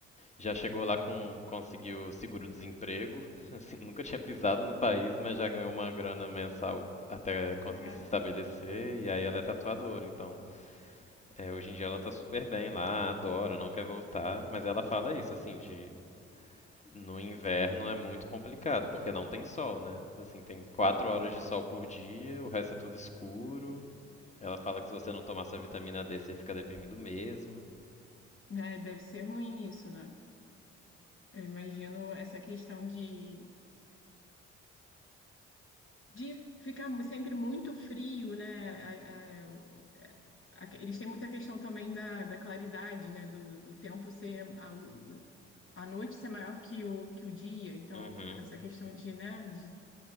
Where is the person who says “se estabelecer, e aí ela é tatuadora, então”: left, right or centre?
Left